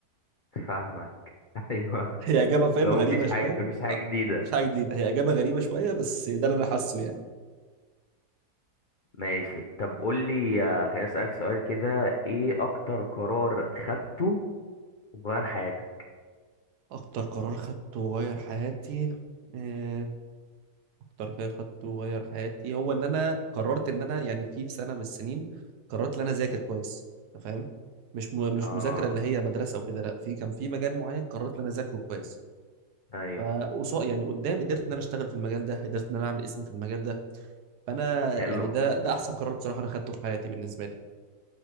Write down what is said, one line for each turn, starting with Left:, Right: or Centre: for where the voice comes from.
Left: فاهمك <laughs> ايوه
Right: <laughs> هي اجابه فاهم
Left: لو
Right: غريبه
Left: مفيش
Right: شويه
Left: حاجه مفيش حاجه
Right: أه،
Left: جديده
Right: مش حاجه جديده هي اجابه غريبه شويه بس ده اللي انا حاسه يعني
Left: ماشي طب قول لي آه، خليني اسالك سؤال كده ايه اكتر قرار خدته وغير حياتك
Right: اكتر قرار خدته وغير حياتي آه، اكتر قرار خدته وغير حياتي هو ان انا قررت ان انا يعني في في سنه من السنين قررت ان انا اذاكر كويس أنت فاهم مش م... مش
Left: اه
Right: مذاكره اللي هي مدرسه وكده لا في كان في مجال معين قررت ان انا اذاكره كويس
Left: ايوه
Right: فقصاد يعني قدام قدرت ان انا اشتغل في المجال ده قدرت ان انا اعمل اسم في المجال ده فانا
Left: حلو
Right: يعني ده ده احسن قرار بصراحه انا خدته في حياتي بالنسبه لي